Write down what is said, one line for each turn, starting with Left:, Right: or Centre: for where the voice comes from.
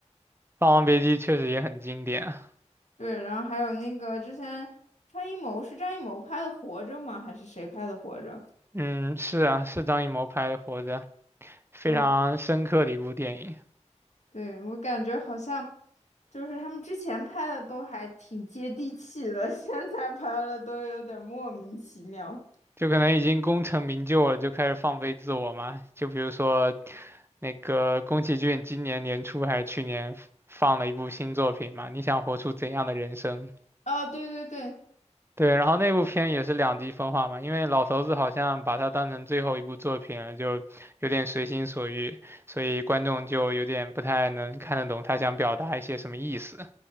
Right: 《霸王别姬》确实也很经典啊
Left: 对，然后还有那个之前张艺谋是张艺谋拍的《活着》吗？还是谁拍的《活着》？
Right: 嗯，是啊，是张艺谋拍的《活着》，非常深刻的一部电影。
Left: 就对我感觉好像就是他们之前拍的都还挺接地气的，<laughs> 现在拍了都有点莫名其妙。
Right: 就可能已经功成名就了，就开始放飞自我嘛。就比如说，那个宫崎骏今年年初还是去年放了一部新作品嘛，你想活出怎样的人生？
Left: 哦，对对对。
Right: 对，然后那部片也是两极分化嘛，因为老头子好像把它当成最后一部作品了，就有点随心所欲，所以观众就有点不太能看得懂他想表达一些什么意思。